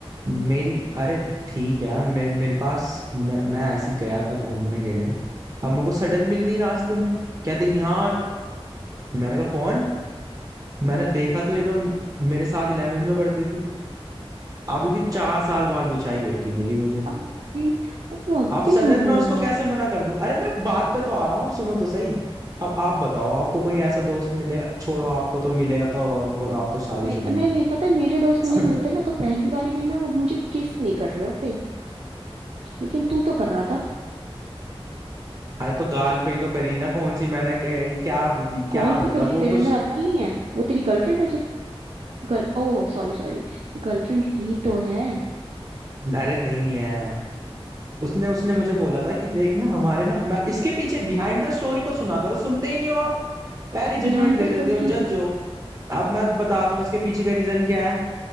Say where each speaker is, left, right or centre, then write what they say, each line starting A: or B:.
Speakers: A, on the right (about 35°); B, on the right (about 80°).
A: मेरी अरे ठीक है मेरे मेरे पास मैं, मैं ऐसे ही गया था घूमने के लिए अब मेरे को सडन मिल गई रास्ते में कहते नहीं यार मैंने कहा कौन मैंने देखा तो ये तो मेरे साथ इलेवेंथ में पढ़ती थी अभी भी चार साल बाद बिछाई लड़की मिली मुझे
B: अब भी अब तू अब
A: अब सडन
B: भी झूठ बोल
A: मैं उसको
B: रहा
A: कैसे
B: है
A: मना कर दूं अरे मैं बात पे तो आ रहा हूँ अब सुनो तो सही अब आप बताओ आपको कोई ऐसा दोस्त मिलेगा छोड़ो आपको तो मिलेगा तो वो आप तो शादीशुदा
B: मैं
A: हो।
B: नहीं नहीं पता है मेरे दोस्त
A: <clears throat>
B: मुझे मिलते
A: <laughs>
B: ना तो पहली बारी में ना वो मुझे किस नहीं कर रहे होते लेकिन तू तो कर रहा था
A: अरे तो गाल पे ही तो करी ना कौन सी मैंने क्या क्या क्या
B: कॉल
A: मतलब
B: पे करिए
A: वो
B: तेरे
A: कुछ
B: अंदर अक्ल नहीं है वो तेरी गर्लफ्रेंड है जो गर्ल ओ सॉरी सॉरी गर्लफ्रेंड ही तो है
A: अरे नहीं है उसने उसने मुझे बोला था कि देख ना हमारे ना मैं इसके पीछे बिहाइंड द स्टोरी तो सुना करो सुनते ही नहीं हो आप पहली जजमेंट
B: बिहाइंड
A: दे
B: द
A: देते
B: स्टोरी
A: हो
B: क्यों
A: जज
B: सुनू
A: हो अब मैं बताता हूँ इसके पीछे का रीजन क्या है